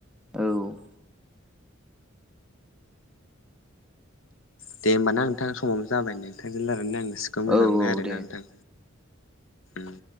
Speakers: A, in the centre; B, on the left.
A: औ
B: दे होमबाना नोंथां समाबो जाबाय नोंथांजों लायानानै आं गोसोखौ मोजां
A: औ
B: मोनबाय
A: औ
B: आरोना
A: दे
B: नोंथां। उम